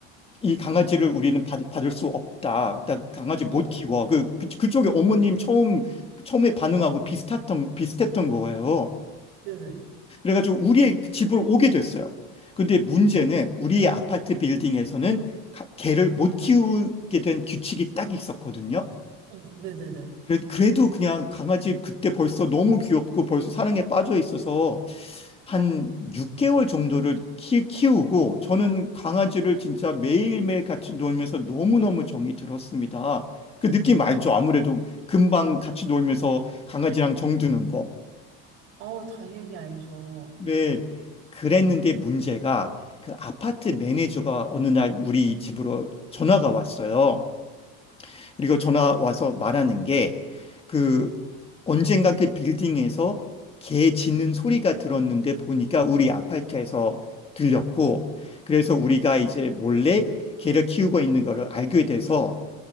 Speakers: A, on the left (about 20°); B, on the right (about 80°).
A: 이 강아지를 우리는 받, 받을 수 없다. 나 강아지 못
B: 어머,
A: 키워. 그, 그 그쪽에 어머님 처음 처음에 반응하고 비슷했던 비슷했던 거예요.
B: 네네.
A: 그래가지고 우리의 그 집으로 오게 됐어요. 근데 문제는 우리의 아파트 빌딩에서는 가- 개를 못 키우게 된 규칙이 딱 있었거든요.
B: 어머, 네네네.
A: 그래- 그래도 그냥 강아지 그때 벌써 너무 귀엽고 벌써 사랑에 빠져 있어서 한 6개월 정도를 키, 키우고 저는 강아지를 진짜 매일매일 같이 놀면서 너무너무 정이 들었습니다. 그 느낌 알죠? 아무래도 금방 같이 놀면서 강아지랑 정드는 거.
B: 아우, 당연히 알죠.
A: 네. 그랬는데 문제가 그 아파트 매니저가 어느 날 우리 집으로 전화가 왔어요. 그리고 전화 와서 말하는 게 그 언젠가 그 빌딩에서 개 짖는 소리가 들었는데 보니까 우리 아파트에서 들렸고 그래서 우리가 이제 몰래 개를 키우고 있는 거를 알게 돼서